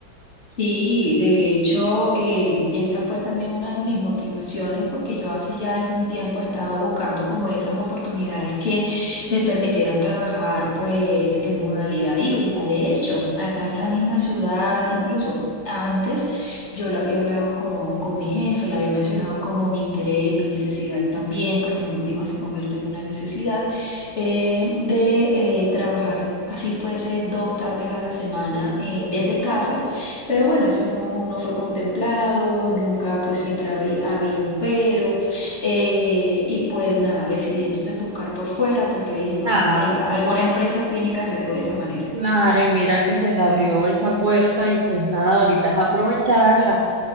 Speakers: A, on the left; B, on the right.
A: Sí, de hecho, em, esa fue también una de mis motivaciones porque yo hace ya algún tiempo estaba buscando como esas oportunidades que me permitieran trabajar pues en modalidad híbrida. De hecho, acá en la misma ciudad, incluso antes, yo lo había hablado con, con mi jefe, le había mencionado como mi interés, mi necesidad también, porque en última se convierte en una necesidad eh, de eh, trabajar así fuese dos tardes a la semana eh, desde casa pero bueno, eso no, no fue contemplado, nunca, pues siempre habrí- había un pero. eh, y pues nada, decidí entonces buscar por fuera porque dije, no,
B: Claro,
A: eh, alguna empresa tiene que hacerlo de esa manera.
B: claro, y mira que se te abrió esa puerta y pues nada, ahorita es aprovecharla.